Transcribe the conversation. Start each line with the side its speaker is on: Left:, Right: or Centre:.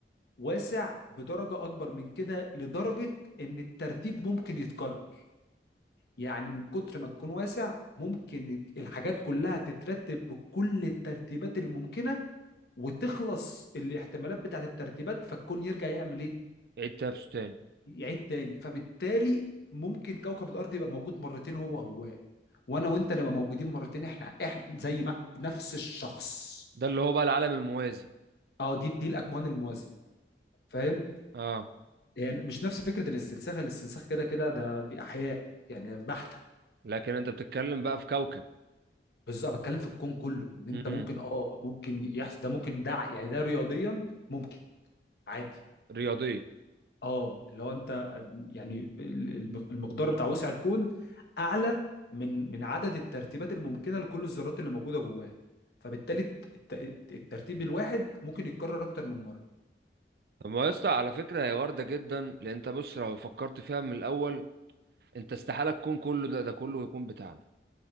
Left: واسع بدرجة أكبر من كده لدرجة إن الترتيب ممكن يتكرر يعني من كتر ما تكون واسع ممكن الحاجات كلها تترتب بكل الترتيبات الممكنة وتخلص الاحتمالات بتاعت الترتيبات فالكون يرجع يعمل إيه؟
Right: يعيد تنافسه تاني
Left: يعيد تاني فبالتالي ممكن كوكب الأرض يبقى موجود مرتين هو هو وأنا وأنت نبقى موجودين مرتين إحنا إحنا زي ما نفس الشخص
Right: ده اللي هو بقى العالم الموازي
Left: أه دي دي الأكوان الموازية فاهم؟
Right: اه
Left: يعني مش نفس فكره الاستنساخ الاستنساخ كده كده ده دي احياء يعني بحته
Right: لكن انت بتتكلم بقى في كوكب
Left: بس انا بتكلم في الكون كله ان انت
Right: امم
Left: ممكن اه ممكن يحصل ده ممكن ده ع- يعني ده رياضيا ممكن عادي
Right: رياضيه
Left: اه اللي هو انت يعني الم- المقدار بتاع وسع الكون اعلى من من عدد الترتيبات الممكنه لكل الذرات اللي موجوده جواه فبالتالي الت- الت- الترتيب الواحد ممكن يتكرر اكتر من مره
Right: طب ما يا اسطى على فكره هي وارده جدا لان انت بص لو فكرت فيها من الاول انت استحاله تكون كله ده ده كله يكون بتاعنا